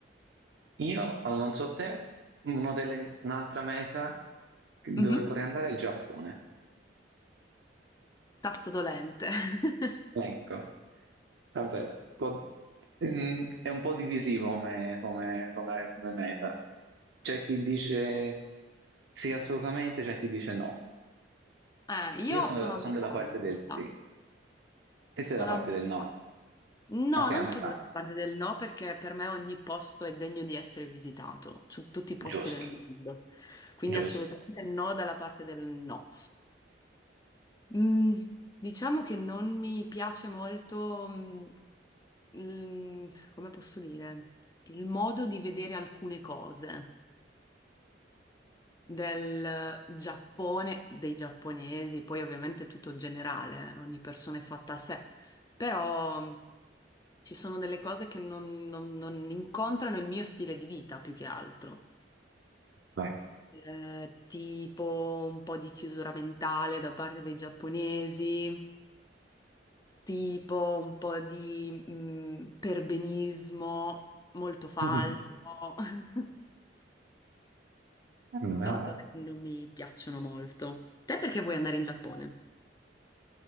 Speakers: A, on the right (about 75°); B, on the left (about 20°).
A: Io, allora, non so te, una delle- un'altra meta dove
B: Mhm.
A: vorrei andare è il Giappone.
B: Tasto dolente. <laughs>
A: Ecco, vabbè, un po'- mm, è un po' divisivo come, come- come- come meta. C'è chi dice sì assolutamente, c'è chi dice no.
B: Eh, io
A: Io sono,
B: sono a
A: sono
B: metà
A: della parte
B: in
A: del
B: realtà.
A: sì, te sei
B: Sono
A: della parte
B: a metà.
A: del no.
B: No,
A: Ok,
B: non
A: a metà.
B: sono dalla parte del no perché per me ogni posto è degno di essere visitato, su tutti i posti
A: Giusto,
B: del mondo. Quindi
A: giusto.
B: assolutamente no dalla parte del no. Mm, diciamo che non mi piace molto, mm, il- come posso dire, il modo di vedere alcune cose del Giappone, dei giapponesi, poi ovviamente tutto generale, eh, ogni persona è fatta a sé, però mh, ci sono delle cose che non, non- non incontrano il mio stile di vita più che altro.
A: Vai.
B: Eh, tipo un po' di chiusura mentale da parte dei giapponesi, tipo un po' di mh, perbenismo molto falso.
A: <laughs>
B: <laughs>
A: No,
B: Sono cose che non mi piacciono molto. Te perché vuoi andare in Giappone?